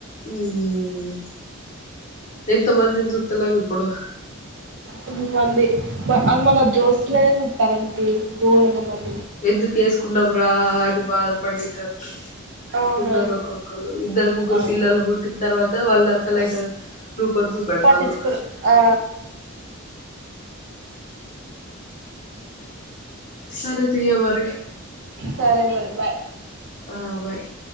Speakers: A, on the left; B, on the right.
A: ఉూఊ. ఎంత మందిని జూతలేం ఇప్పుడు?
B: కమింగ్. మంది మా అన్, మన దోస్తులే తానం. ఎయ్, ఘోరంగా మోన్.
A: ఎందుకు ఏసుకున్నావు? బ్రాడ్ బాధ పడి, ఇటు ఒత్తూ.
B: అవునవును
A: ఉన్నారు ఒక్కొక్కలు ఇద్దరు, ముగ్గురు
B: ఆ
A: పిల్లలు పుట్టిన తర్వాత. తో వాళ్ళ అసలైన రూపం చూపెడతాళ్ళు
B: పట్టిచ్చుకురు ఆ
A: సరే తియవరి
B: సరే మరి బాయ్
A: ఆ బాయ్